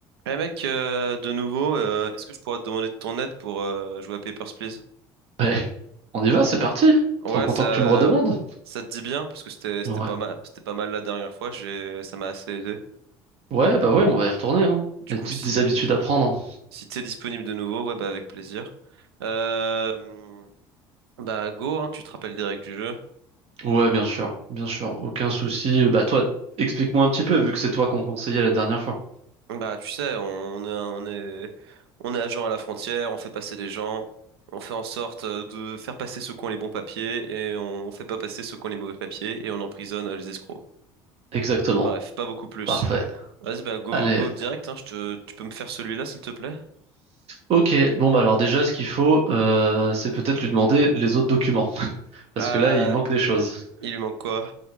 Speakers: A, on the right (about 85°); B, on the right (about 55°).
A: Eh mec, euh, de nouveau, euh, est-ce que je pourrais te demander de ton aide pour euh, jouer à Papers, Please?
B: Ben, on y va, c'est parti.
A: Ouais,
B: Trop content
A: ça,
B: que tu me redemandes.
A: ça te dit bien parce que c'était, c'était
B: Ouais.
A: pas mal, c'était pas mal la dernière fois. J'ai, ça m'a assez aidé.
B: Ouais, bah ouais, on va y retourner, hein.
A: Du
B: Les
A: coup,
B: petites
A: si,
B: des habitudes à prendre.
A: si t'es disponible de nouveau, ouais, bah avec plaisir. Euh, bah go, hein, tu te rappelles des règles du jeu.
B: Ouais, bien sûr, bien sûr, aucun souci. Euh, Bah toi, explique-moi un petit peu, vu que c'est toi qu'on conseillait la dernière fois.
A: Bah tu sais, on est, on est, on est agent à la frontière, on fait passer des gens, on fait en sorte euh, de faire passer ceux qui ont les bons papiers et on fait pas passer ceux qui ont les mauvais papiers et on emprisonne euh, les escrocs.
B: Exactement.
A: Bref, pas beaucoup plus.
B: Parfait.
A: Vas-y, bah go,
B: Allez.
A: go direct, hein, je te, tu peux me faire celui-là, s'il te plaît?
B: Ok, bon bah alors déjà, ce qu'il faut, euh, c'est peut-être lui demander les autres documents. Parce
A: Ah,
B: que là, il manque des choses.
A: il lui manque quoi?